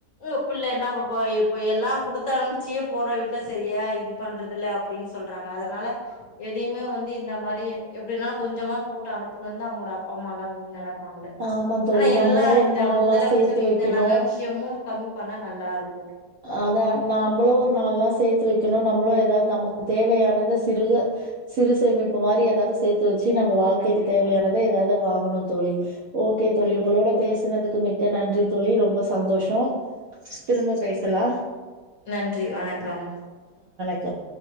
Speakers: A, on the left; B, on the right.
A: உம் பிள்ள என்ன இப்ப இப்ப எல்லா குடுத்து அனுப்ச்சியே போற வீட்ல சரியா இது பண்றதில்ல அப்டின்னு சொல்றாங்க அதனால எதையுமே வந்து இந்த மாரி எப்டின்னாலு கொஞ்சமா போட்டு அனுப்பனுந்தா அவங்களோட அப்பா அம்மாலா வந்து நெனப் தாங்கல
B: ஆமா தோழி
A: ஆனா எல்லா
B: நம்மளு ஒரு
A: இந்த
B: நாள்லா
A: முதலமைச்
B: சேத்து
A: இ
B: வைக்கணு
A: இந்த நக விஷியமு இன்னு கம்மி பண்ணா நல்லா இருக்கு
B: அதா நாம்பளு ஒரு நாலணா சேத்து வைக்கணு நம்மளு ஏதாவது நமக்கு தேவையானத சிறுக சிறு சேமிப்பு மாரி ஏதாவது சேத்து வைக் ச்சு நம்ப வாழ்க்கைக்குத்
A: கண்டிப்பா
B: தேவையானத ஏதாவது வாங்கணு தோழி ஓகே தோழி
A: கண்டிப்பா
B: உங்களோட பேசுனதுக்கு மிக் மிக்க நன்றி தோழி ரொ ரொம்ப சந்தோஷோ திரும்ப பேசலா
A: நன்றி வணக்கம்
B: க்கம்